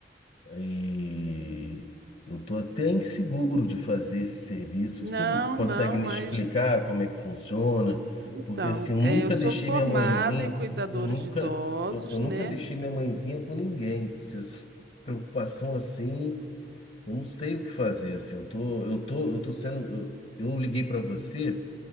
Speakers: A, on the left; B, on the right.
A: E eu estou até inseguro de fazer esse serviço.
B: Não,
A: Você me- consegue
B: não, mas
A: me explicar como é que funciona?
B: então,
A: Porque assim, eu
B: é,
A: nunca
B: eu sou
A: deixei
B: formada
A: minha mãezinha,
B: em cuidadores
A: eu nunca,
B: de idosos,
A: eu, eu
B: né?
A: nunca deixei minha mãezinha com ninguém. Você se- Preocupação assim, eu não sei o que fazer. Assim, eu tô, eu tô, eu tô sendo. Eu, eu liguei para você